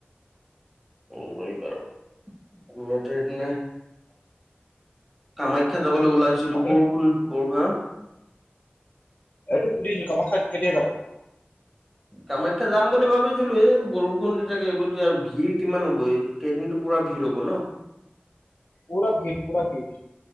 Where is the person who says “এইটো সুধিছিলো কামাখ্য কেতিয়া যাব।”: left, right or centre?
Left